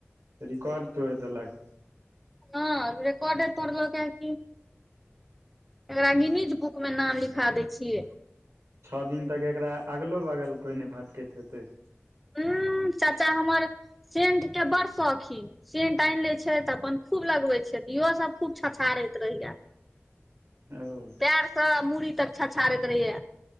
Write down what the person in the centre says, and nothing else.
हँ रेकाॅडे तोरलकयै की। एकरा <unintelligible> बुक मे नाम लिखा दै छियै।
हूं चाचा हमर सेंट के बड़ शौकीन। सेंट आइन लै छै तऽ अपन खूब लगबैत छै तऽ इहोसभ खूब छछारैत रहया।
एरी से मूड़ी तक छछाारैत रहहय